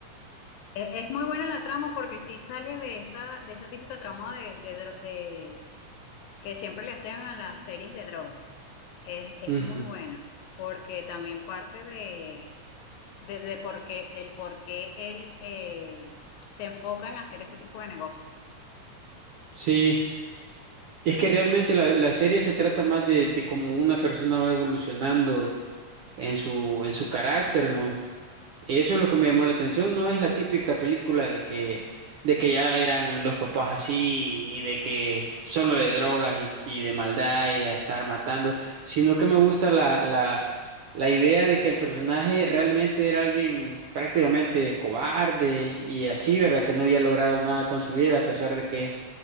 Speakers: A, on the left (about 80°); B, on the right (about 75°).
A: E- Es, muy buena la trama porque sí sale de esa, de esa típica trama de, de, dro- de- que siempre le hacían a las series de drogas. Es, es
B: Ujú,
A: muy
B: ujú.
A: buena porque también parte de, de, de por qué, del por qué él eh, se enfoca en hacer ese tipo de negocios.
B: Sí, es que realmente
A: ¿no?
B: la, la serie se trata más de, de cómo una persona va evolucionando en su, en su carácter, ¿no? Eso es lo que me llamó la atención, no es la típica película de que, de que ya eran los papás así y de que solo de drogas y, y de maldad y de estar matando, sino que me gusta la, la, la idea de que el personaje realmente era alguien prácticamente cobarde y así, ¿verdad? Que no había logrado nada con su vida a pesar de que,